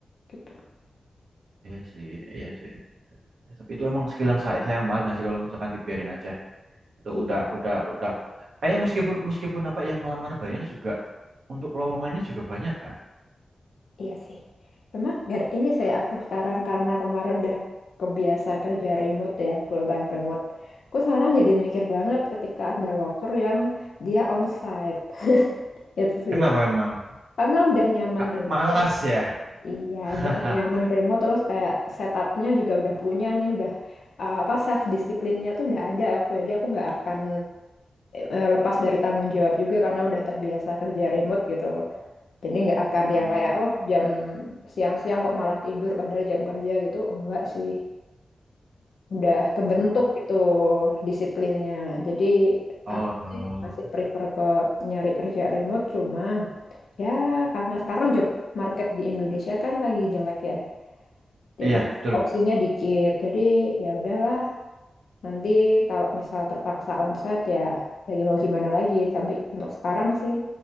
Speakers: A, on the left (about 80°); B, on the right (about 80°).
A: gitu.
B: iya sih iya sih Ya, tapi itu emang skill yang say- sayang banget nggak sih kalau misalkan dibiarin aja itu
A: Iya,
B: udah udah udah kayak meskipun meskipun apa yang ngelamar banyak juga untuk lowongannya juga banyak kan
A: iya sih. Cuma gar- ini saya aku sekarang karena kemarin udah kebiasa kerja remote ya full time remote. Aku sekarang jadi mikir banget ketika ada worker yang dia onsite <laughs> itu sih
B: kenapa emang
A: karena udah nyaman
B: Ah,
A: remote
B: malas ya
A: Iya,
B: <laughs>
A: udah nyaman remote terus kayak setupnya juga udah punya nih, udah eh, apa self disiplinnya tuh udah ada aku ya. jadi aku nggak akan eh, lepas dari tanggung jawab juga karena udah terbiasa kerja remote gitu. Jadi nggak akan
B: Hmm.
A: yang kayak oh jam siang-siang kok malah tidur padahal jam kerja gitu, enggak sih. Udah kebentuk
B: Oh,
A: gitu disiplinnya. Jadi
B: Oh,
A: aku
B: no.
A: sih masih prefer ke nyari kerja remote cuma ya karena sekarang job market di Indonesia kan lagi jelek ya. Jadi,
B: Iya, betul.
A: opsinya dikit. Jadi ya udahlah, nanti kalau misal terpaksa onsite ya ya mau gimana lagi. Tapi untuk sekarang sih